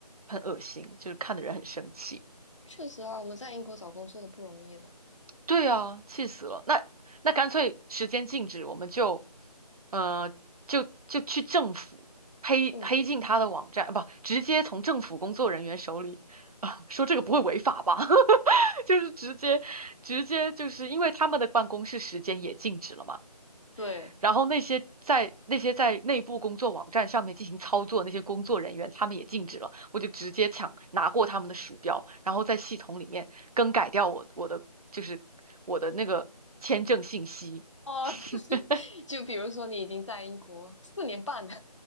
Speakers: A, on the right (about 60°); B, on the left (about 45°).
A: 很恶心，就是看的人很生气。
B: 确实啊，我们在英国找工作都不容易的。
A: 对啊，气死了。那那干脆时间静止，我们就，呃，就就去政府黑黑进他的网站，
B: 嗯，
A: 啊不，直接从政府工作人员手里啊，说这个不会违法吧？<laughs> 就是直接直接就是因为他们的办公室时间也静止了嘛。
B: 对。
A: 然后那些在那些在内部工作网站上面进行操作那些工作人员，他们也禁止了。我就直接抢拿过他们的鼠标，然后在系统里面更改掉我我的就是我的那个签证信息。
B: 哦，
A: <laughs>
B: <laughs> 就是就比如说你已经在英国四年半了，